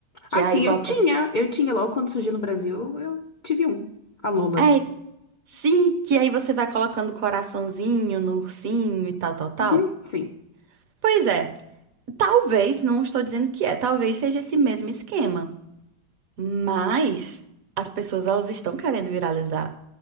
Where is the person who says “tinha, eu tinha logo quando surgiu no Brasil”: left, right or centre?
Left